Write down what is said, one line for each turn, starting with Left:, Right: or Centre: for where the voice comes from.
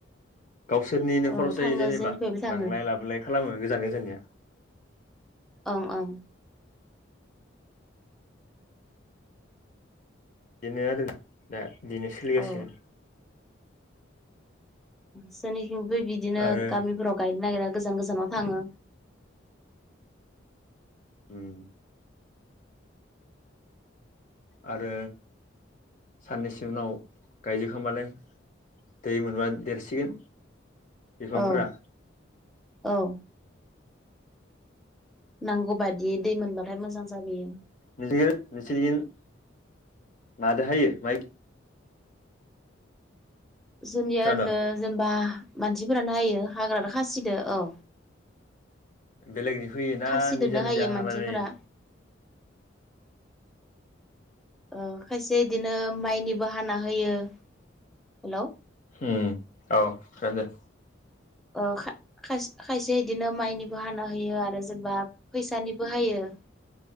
Left: गावसोरनिनो
Centre: औ
Left: खर'ज जायो
Centre: थाङो
Left: जेनेबा
Centre: जोंनिफ्रायबो थाङो
Left: लांलाय लाबोलाय खालामो गोजान गोजाननिया
Centre: औ ओं
Left: बेदिनो आरोना दा बिदिनो सोलिगासिनो
Centre: औ जोंनिथिं बिदिनो
Left: आरो
Centre: गामिफोराव गाय नागिरा गोजान गोजानाव थाङो
Left: उम आरो साननैसो उनाव गायजोबखांबालाय दै मोनबा देरसिगोन बिफांफोरा
Centre: औ औ नांगौ बायदि दै मोनबाथाय मोजां जाबोयो
Left: <unintelligible> मादो हायो माइ
Centre: जोंनिया
Left: खोनादों
Centre: ओरैनो जेनेबा मानसिफोरानो हायो हाग्रादो खासिदो औ
Left: बेलेगनि फैयो ना
Centre: खासिदोनो
Left: निजा निजा
Centre: हायो
Left: हाला
Centre: मानसिफोरा
Left: जायो
Centre: ओ खायसे बिदिनो माइनि बो हाना होयो हेलौ
Left: हो औ खोनादो।
Centre: ओ खा-खाय-खायसे इदिनो माइनिबो हाना होयो आरो जेनेबा फैसानिबो हायो।